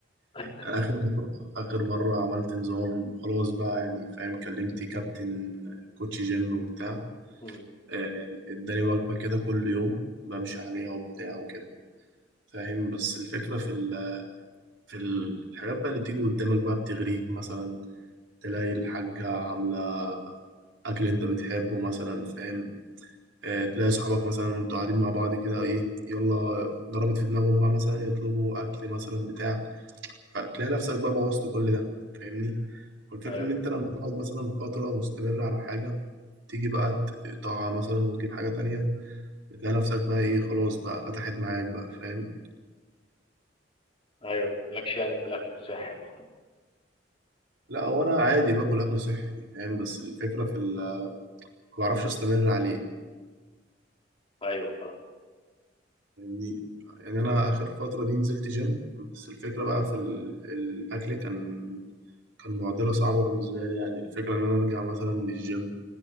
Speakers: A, on the left; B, on the right.
A: <laughs>
B: آخر مرة آخر مرة عملت نظام خلاص بقى يعني فاهم كلمت كابتن كوتش جيم وبتاع
A: امم
B: آه، اداني وجبة كده كل يوم بمشي عليها وبتاع وكده فاهم بس الفكرة في ال في ال- الحاجات بقى اللي بتيجي قدامك بقى بتغريك مثلا تلاقي الحاجة عاملة أكل أنت بتحبه مثلا فاهم آه، تلاقي صحابك مثلا وأنتوا قاعدين مع بعض كده إيه يلا ضربت في دماغهم بقى مثلا يطلبوا أكل مثلا بتاع فتلاقي نفسك بقى بوظت كل ده فاهمني والفكرة
A: ايوه
B: إن أنت لما تقعد مثلا فترة مستمرة على حاجة تيجي بقى ت- تقطعها مثلا وتجيب حاجة تانية بتلاقي نفسك بقى إيه خلاص بقى فتحت معاك بقى فاهم
A: ايوه مالكش يعني في الاكل الصحي بقى خلاص.
B: لا هو أنا عادي باكل أكل صحي فاهم بس الفكرة في ال- ما بعرفش أستمر عليه
A: ايوه فاهم
B: يعني يعني انا اخر فتره دي نزلت جيم بس الفكره بقى في ال- الاكل كان كان معضله صعبه بالنسبه لي يعني الفكره ان انا ارجع مثلا من الجيم